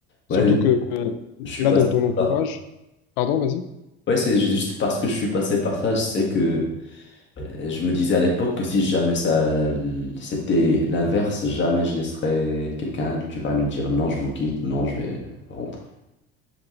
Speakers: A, on the left; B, on the left.
A: Surtout
B: Ouais, je
A: que euh,
B: je suis
A: là,
B: passé
A: dans ton entourage,
B: par là.
A: pardon, vas-y.
B: Ouais, c'est juste parce que je suis passé par ça, je sais que euh, je me disais à l'époque que si jamais ça c'était l'inverse, jamais je laisserais quelqu'un, tu vas nous dire non, je vous quitte, non, je vais rentrer.